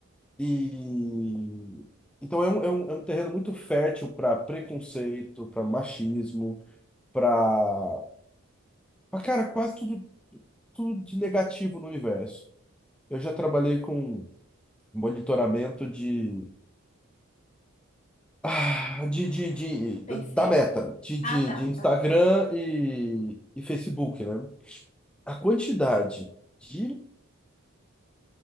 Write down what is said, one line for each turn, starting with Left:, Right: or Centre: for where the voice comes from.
Centre: E então é um, é um, é um terreno muito fértil para preconceito, para machismo, para cara, quase tudo, tudo de negativo no universo. Eu já trabalhei com monitoramento de, ah, de, de, de-
Left: Perfeito.
Centre: da meta, de, de,
Left: Ah, tá,
Centre: de Instagram
Left: tá.
Centre: e, e Facebook, né? A quantidade de,